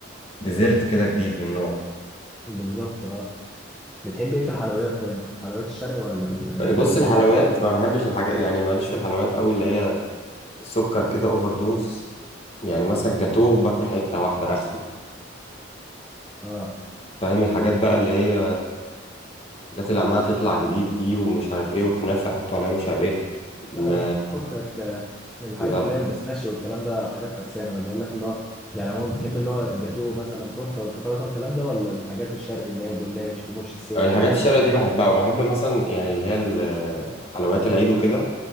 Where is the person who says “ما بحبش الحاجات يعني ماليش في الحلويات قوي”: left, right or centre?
Left